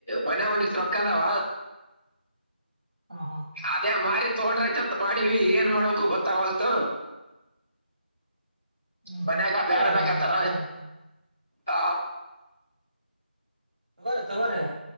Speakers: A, in the centre; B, on the right (about 50°).
A: ಮನೆಗೊಂದಿಷ್ಟ್ ರೊಕ್ಕ ಅದಾವ.
B: ಹಾ ಹಾ
A: ಅದ ಮಾಡ ತೋಡ್ರೈತಂತ ಬಾಡೀಲಿ ಏನ್ ಮಾಡ್ಬೇಕು ಗೊತ್ತಾಗೊಲ್ತು.
B: ಹ್ಮ್
A: <unintelligible>
B: ತಗೋರಲ್ಲ
A: ಅನಾಕತರ
B: ಅವನು ಅದಕೇನ
A: ಹಾ
B: ಬರ ತೊಗೋರಿ.